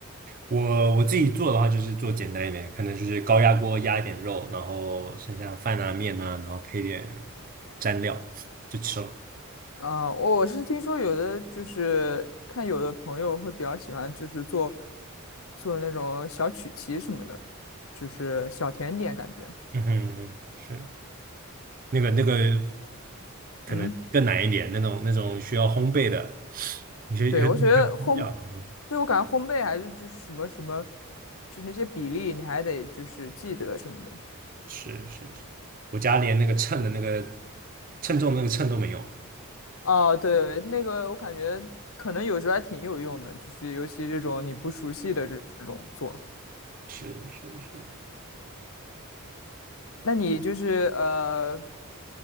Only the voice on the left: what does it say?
啊、我是听说有的就是看有的朋友会比较喜欢，就是做做那种小曲奇什么的，就是小甜点感觉。
嗯，
对，我觉得烘，对我感觉烘焙还是就是什么什么，就那些比例你还得就是记得什么的。
哦，对，那个我感觉可能有时候还挺有用的，就是尤其这种你不熟悉的这这种做。
那你就是呃，